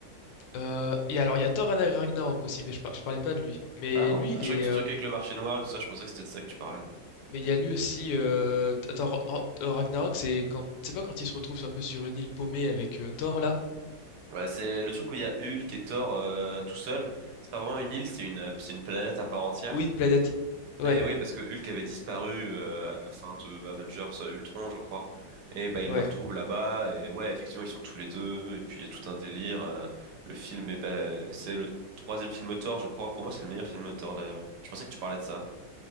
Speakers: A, on the left; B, on the right.
A: euh, Et alors, il y a Thor Ragna- Ragnarok aussi, mais je, par- je parlais pas de lui. Mais
B: Ah bon?
A: lui, il
B: Ah, je
A: est.
B: croyais que tu
A: euh,
B: truc avec le marché noir, tout ça, je pensais que c'était de ça que tu parlais.
A: Mais il y a lui aussi. euh, Thor Thor- Thor Ragnarok, c'est quand. C'est pas quand il se retrouve un peu sur une île paumée avec euh, Thor là?
B: Ouais, c'est le truc où il y a Hulk et Thor euh, tout seul. C'est pas vraiment une île, c'est une, euh, c'est une planète à part entière.
A: Oui, une planète. Ouais,
B: Et oui, parce que Hulk avait disparu euh, à la fin de Avengers euh, Ultron, je crois. Et bah ils
A: ouais.
B: le retrouvent là-bas, et ouais, effectivement, ils sont tous les deux, et puis il y a tout un délire. euh, le film, eh ben, c'est le troisième film Thor, je crois. Pour moi, c'est le meilleur film Thor, d'ailleurs. Je pensais que tu parlais de ça.